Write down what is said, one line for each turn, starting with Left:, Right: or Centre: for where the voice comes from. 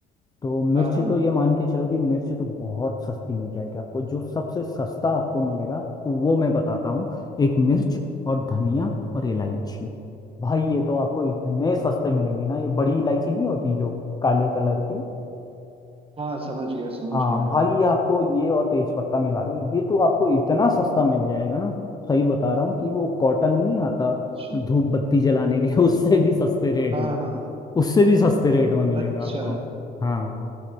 Left: तो मिर्च
Right: हाँ हाँ
Left: तो ये मान के चलो कि मिर्च तो बहुत सस्ती मिल जाएगी आपको जो सबसे सस्ता आपको मिलेगा वो मैं बताता हूँ एक मिर्च और धनिया और इलायची भाई ये तो आपको इतने सस्ते मिलेंगे ना ये बड़ी इलायची नहीं होती जो काले कलर की
Right: हाँ समझ गया समझ
Left: हाँ
Right: गया
Left: भाई ये आपको ये और तेज पत्ता मिला लो ये तो आपको इतना सस्ता मिल जाएगा ना सही बता रहा हूँ कि वो कॉटन नहीं आता
Right: अच्छा
Left: धूप बत्ती जलाने के लिए <laughs> उससे भी सस्ते रेट
Right: हाँ
Left: में
Right: हाँ
Left: उससे भी सस्ते रेट में मिलेगा
Right: अच्छा
Left: आपको हाँ